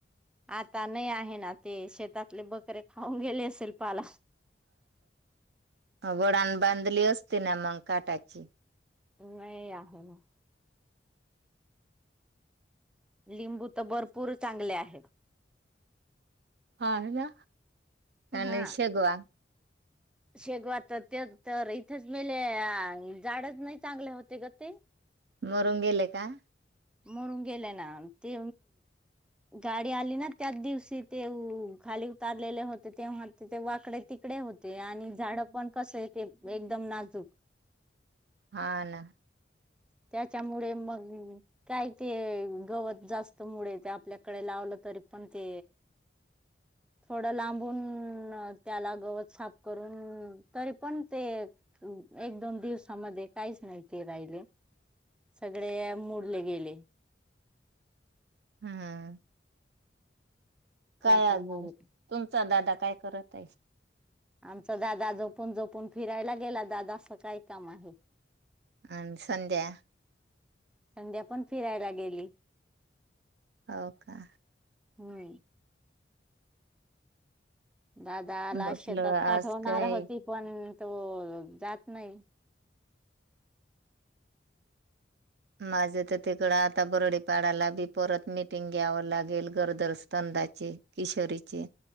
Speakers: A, in the centre; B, on the right.
A: आता नाही आहे ना, ते शेतातले बकरे खाऊन गेले असेल पाला.
B: वडान बांधली असती ना, मग काटाची.
A: नाही, आहे ना लिंबू तर भरपूर चांगले आहे.
B: हा, ना, अन
A: हा
B: शेगवा
A: शेगवा त ते तरर इथच मेल झाडच नाही चांगले होते ग ते.
B: मरून गेले का?
A: मरुन गेले ना ते गाडी आली ना त्याच दिवशी ते खाली उतारलेले होते तेंव्हा ते वाकडे त इकडे होते आणि झाडं पण कस ते एकदम नाजूक
B: हा, ना
A: त्याच्यामुळे, मग काय ते गवत जास्तमुळे ते आपल्याकडे लावलं तरी पण ते <unintelligible> थोडं लांबून, त्याला गवत साफ करून, तरी पण ते एक दोन दिवसामध्ये काहीच नाही ते राहिले. सगळे मोडले गेले.
B: हम्म काय
A: त्याच्यामुळे
B: अजून, तुमचा दादा काय करत आहे?
A: आमचा दादा झोपून, झोपून फिरायला गेला दादा असं काय काम आहे?
B: अन, संध्या
A: संध्या पण फिरायला गेली.
B: हो, का?
A: होय दादाला
B: म्हटलं
A: शेतात
B: आज
A: पाठवणार
B: काय
A: होती, पण तो जात नाही.
B: माझं तर तिकडं आता बरडीपाडाला बी परत मिटिंग घ्यावं लागेल गरोदर, स्तन डाचे, किशोरीचे,